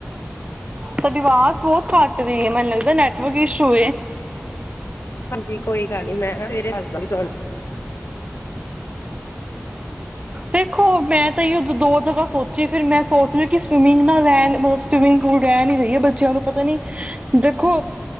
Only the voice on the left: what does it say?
ਹਾਂਜੀ। ਕੋਈ ਗੱਲ ਨੀ ਮੈਂ ਸਵੇਰੇ ਦੱਸਦੀ ਤੁਹਾਨੂੰ।